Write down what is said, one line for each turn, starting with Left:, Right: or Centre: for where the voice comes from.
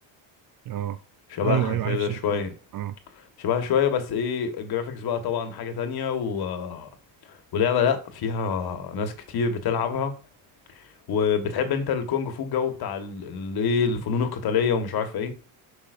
Right: اه
Left: شبهها
Right: ايوه ايوه
Left: كده
Right: عارف سيرك
Left: شوية
Right: رود اه
Left: شبهها شوية بس ايه الجرافيكس بقى طبعا حاجة تانية و... ولعبة لا فيها ناس كتير بتلعبها وبتحب انت الكونج فو الجو بتاع ال- ال- ايه الفنون القتالية ومش عارف ايه